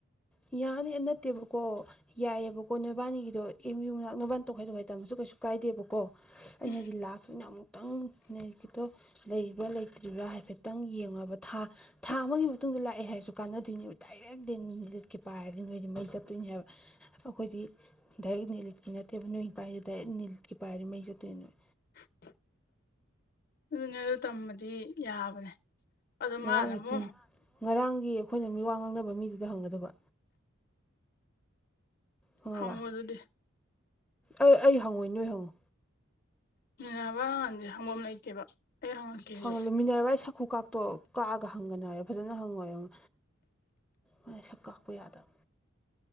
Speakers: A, in the centre; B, on the left.
A: ꯌꯥꯅꯤ ꯅꯠꯇꯦꯕꯀꯣ ꯌꯥꯏꯑꯕꯀꯣ ꯅꯣꯏꯕꯥꯅꯤꯒꯤꯗꯣ ꯑꯦꯝ ꯌꯨ ꯃꯅꯥꯛ ꯅꯣꯏꯕꯥꯟ ꯇꯣꯈꯥꯏ ꯇꯣꯈꯥꯏ ꯇꯝꯕꯁꯨ ꯀꯩ ꯀꯩꯁꯨ ꯀꯥꯏꯗꯦꯕꯀꯣ ꯑꯩꯅꯗꯤ
B: ꯎꯝ
A: ꯂꯥꯁ ꯑꯣꯏꯅ ꯑꯃꯨꯛꯇꯪꯗꯣ ꯂꯩꯔꯤꯕ꯭ꯔꯥ ꯂꯩꯇ꯭ꯔꯤꯕ꯭ꯔꯥ ꯍꯥꯏꯐꯦꯠꯇꯪ ꯌꯦꯡꯉꯕ ꯊꯥ ꯊꯥ ꯑꯃꯒꯤ ꯃꯇꯨꯡꯗ ꯂꯥꯛꯑꯦ ꯍꯥꯏꯔꯁꯨ ꯀꯥꯟꯅꯗꯣꯏꯅꯦꯕ ꯗꯥꯏꯔꯦꯛ ꯗ ꯀꯦ ꯄꯥꯏꯔꯗꯤ ꯅꯣꯏꯗꯤ ꯃꯩ ꯆꯞꯠꯇꯣꯏꯅꯦ ꯍꯥꯏꯕ ꯑꯩꯈꯣꯏꯗꯤ ꯗꯥꯏꯔꯦꯛ ꯅ ꯂꯤꯠꯀꯤ ꯅꯠꯇꯦꯕ ꯅꯣꯏ ꯄꯥꯏꯔꯤꯁꯦ ꯗꯥꯏꯔꯦꯛ ꯅꯤꯜꯀꯤ ꯄꯥꯏꯔꯤ ꯃꯩ ꯆꯠꯇꯦ ꯅꯣꯏ
B: <unintelligible> ꯑꯗꯨꯅꯦ ꯑꯗꯨ ꯇꯝꯕꯗꯤ ꯌꯥꯕꯅꯦ ꯑꯗꯣ
A: ꯉꯔꯥꯡꯒꯤ
B: ꯃꯥꯅ ꯑꯃꯨꯛ
A: ꯆꯤꯟ ꯉꯔꯥꯡꯒꯤ ꯑꯩꯈꯣꯏꯅ ꯃꯤ ꯋꯥ ꯉꯥꯡꯅꯕ ꯃꯤꯗꯨꯗ ꯍꯪꯒꯗꯕ ꯈꯪꯉꯕ
B: ꯍ ꯑꯗꯨꯗꯤ
A: ꯑꯩ ꯑꯩ ꯍꯪꯉꯣꯏ ꯅꯣꯏ ꯍꯪꯉꯨ
B: ꯅꯤꯔꯕꯥꯟꯁꯦ ꯍꯪꯒꯣꯝ ꯂꯩꯇꯦꯕ ꯑꯩ ꯍꯪꯉꯛꯀꯦ ꯑꯩꯁꯨ
A: ꯐꯪꯍꯜꯂꯨꯃꯤꯟꯅꯔꯕ ꯑꯩ ꯁꯥꯛꯈꯨ ꯀꯥꯇꯣ ꯀꯛꯑꯒ ꯍꯪꯒꯅꯣꯏ ꯍꯥꯏꯕ ꯐꯖꯅ ꯍꯪꯉꯣꯏꯕ ꯃꯅ ꯁꯛ ꯀꯥꯛꯄ ꯌꯥꯗꯕ